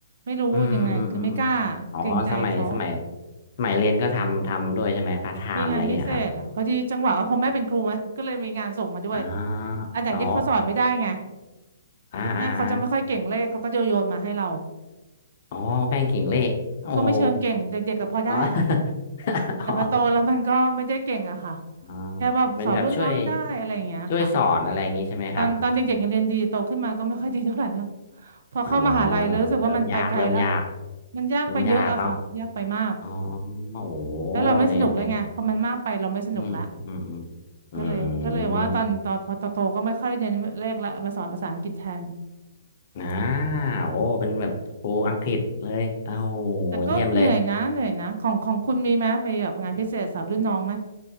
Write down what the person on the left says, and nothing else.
อืมอืมอืมอ๋อสมัยสมัย
สมัยเรียนก็ทำทำด้วยใช่ไหมพาร์ทไทม์อะไรเงี้ยครับ
อ่า
อ๋ออ่าอ่าอ่า
อ๋อแป้งกิ่งเลขโอ้โห
อ๋อ <laughs> อ๋อ
อ๋อ
เป็นแบบช่วยช่วยสอนอะไรอย่างงี้ใช่ไหมครับ
อ๋อแบบเริ่มยากเริ่มยาก
เริ่มยากเนาะอ๋อโอ้โห
เนี่ยเนี่ยอืมอืมอืมอืมอื
ม อ่าโอ้เป็นแบบครูอังกฤษเลยเอ้าโหเยี่ยมเลย